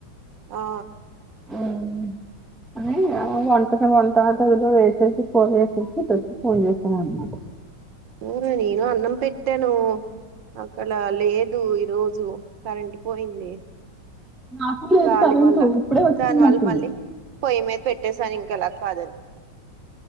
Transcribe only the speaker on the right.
ఆ
వేరే ఏదో అన్నం పెట్టాను అక్కడ లేదు ఈ రోజు కరెంట్ పోయిందే
గాలి
వల్ల
దానివల్ల మళ్ళీ పొయ్యి మీద పెట్టేసాను ఇంక అలా కాదని